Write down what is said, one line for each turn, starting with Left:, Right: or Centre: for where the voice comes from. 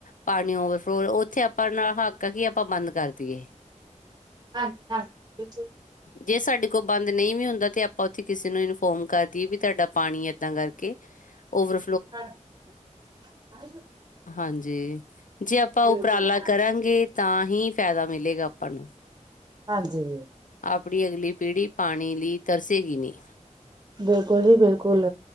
Left: ਪਾਣੀ ਓਵਰਫਲੋ ਉੱਥੇ ਆਪਾਂ ਨਾਲ਼ ਹੱਕ ਕੀ ਆਪਾਂ ਬੰਦ ਕਰ ਦੀਏ
Right: ਹਾਂਜੀ- ਹਾਂਜੀ ਬਿਲਕੁਲ।
Left: ਜੇ ਸਾਡੇ ਕੋ ਬੰਦ ਨਹੀਂ ਵੀ ਹੁੰਦਾ ਤੇ ਆਪਾਂ ਉੱਥੇ ਕਿਸੇ ਨੂੰ ਇਨਫੋਮ ਕਰ ਦੀਏ ਵੀ ਤੁਹਾਡਾ ਪਾਣੀ ਏਦਾਂ ਕਰਕੇ ਓਵਰ
Right: ਹਾਂ
Left: ਹਾਂਜੀ। ਜੇ ਆਪਾਂ
Right: ਬਿਲਕੁਲ
Left: ਉਪਰਾਲਾ ਕਰਾਂਗੇ ਤਾਂ ਹੀ ਫ਼ਾਇਦਾ ਮਿਲੇਗਾ ਆਪਾਂ ਨੂੰ
Right: ਹਾਂਜੀ।
Left: ਆਪੜੀ ਅਗਲੀ ਪੀੜ੍ਹੀ ਪਾਣੀ ਲਈ ਤਰਸੇਗੀ ਨੀ
Right: ਬਿਲਕੁਲ ਜੀ ਬਿਲਕੁਲ